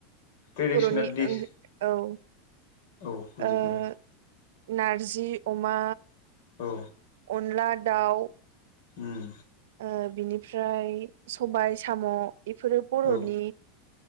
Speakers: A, on the left (about 60°); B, on the right (about 80°).
A: ट्रेडिसनेल
B: बर'नि
A: दिस
B: ओं औ ओ
A: औ बुजिदों
B: नारजि अमा
A: औ
B: अनला दाउ
A: उम
B: ओ बिनिफ्राय सबाय साम' बेफोरो बर'नि
A: औ